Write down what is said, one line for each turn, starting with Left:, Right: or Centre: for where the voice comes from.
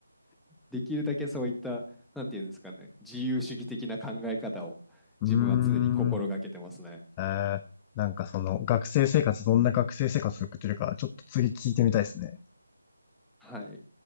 Centre: できるだけそういった、なんていうんですかね、自由主義的な考え方を自分は常に心がけてますね。
Left: うーん。えー、なんかその学生生活、どんな学生生活を送ってるか、ちょっと次聞いてみたいですね。
Centre: はい。